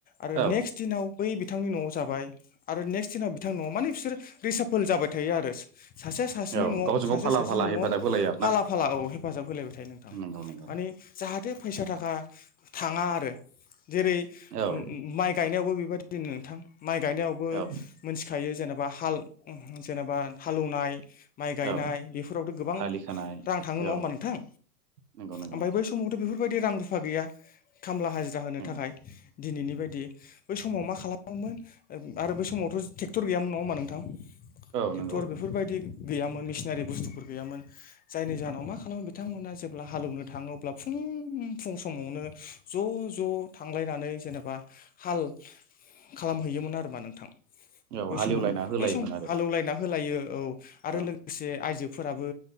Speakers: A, on the left; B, on the right.
A: आरो
B: औ
A: नेक्स्ट दिनाव बै बिथांनि न'आव जाबाय। आरो नेक्स्ट दिनाव बिथां न' माने बिसोरो रिसाफोल जाबाय थायो आरो। सासे सासेनि
B: औ
A: न'आव
B: गावजों
A: सासे
B: गाव फाला
A: सासेनि
B: फाला
A: न'आव
B: हेफाजाब होलायो आरोना
A: फाला फाला औ हेफाजाब होलायबाय थायो नोंथां।
B: नंगौ नंगौ
A: माने जाहाथे फैसा थाखा थाङा आरो जेरै
B: औ
A: माइ गायनायावबो बेबायदि दिनै नोंथां माइ गायनायावबो
B: औ
A: मिथिखायो जेने बा हाल जेनेबा हालौवनाय माइ गायनाय
B: औ
A: बेफोरावथ' गोबां
B: आलि खोनाय
A: रां थाङो नङा
B: औ
A: होमबा नोंथां?
B: नंगौ नंगौ
A: ओमफाय बै समावथ' बेफोर बायदि रां रुफा गैया खामला हाजिरा होनो
B: नंगौ
A: थाखाय। दिनैनि बायदि बै समाव मा खालामोमोन आरो बै समाव टेक्टर गैयामोन नङा होमबा नोंथां
B: औ
A: टेक्टर
B: नंगौ
A: बेफोर बायदि गैयामोन मेसिनारि बुस्थुफोर गैयामोन। जायनि जाहोनाव मा खालामो बिथांमोना जेब्ला हालौवनो थाङो अब्ला फुं फुं समावनो ज' ज' थांलायनानै जेनेबा हाल खालामहैयोमोन आरो मा नों
B: औ
A: बै
B: हालेवलायना
A: समाव
B: होलायोमोन
A: बै सम
B: आरो
A: हालेव लायना होलायो औ आरो
B: औ
A: लोगोसे आयजो फोराबो